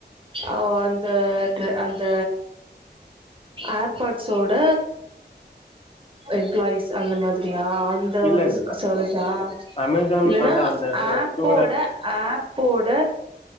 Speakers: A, on the right; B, on the left.
A: ஆவ் அந்த ட்ர அந்த ஏர்ப்பாட்சோட எம்ப்ளாயிஸ் அந்த மாதிரியா அந் அந்த
B: இல்ல
A: ஒரு
B: இல்ல.
A: ஸ் சோஸ்சா
B: அமேசான்
A: இல்லன்னா
B: அதான் அந்த
A: ஆப்போட
B: இதோட
A: ஆப்போட